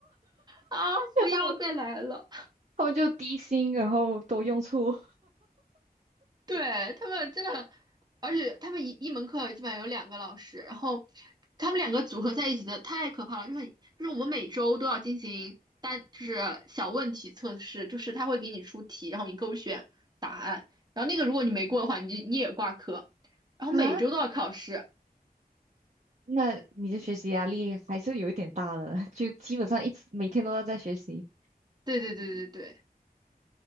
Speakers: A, on the right; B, on the right.
A: 啊！
B: <laughs> 那他们
A: 不要再来了。
B: 他们就低薪，然后多用处。
A: <laughs> 对，他们真的，而且他们一一门课基本上有两个老师，然后他们两个组合在一起的太可怕了，就是很就是我们每周都要进行单，就是小问题测试，就是他会给你出题，然后你勾选答案，然后那个如果你没过的话，你你也挂科，然后每周都要考试。
B: 啊，那你的学习压力还是有一点大了，就基本上一直每天都要在学习。
A: 对对对对对，